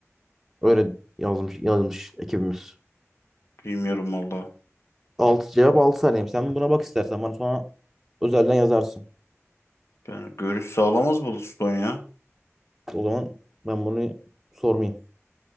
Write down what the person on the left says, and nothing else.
Bilmiyorum valla.
Yani görüş sağlamaz bu Liston ya.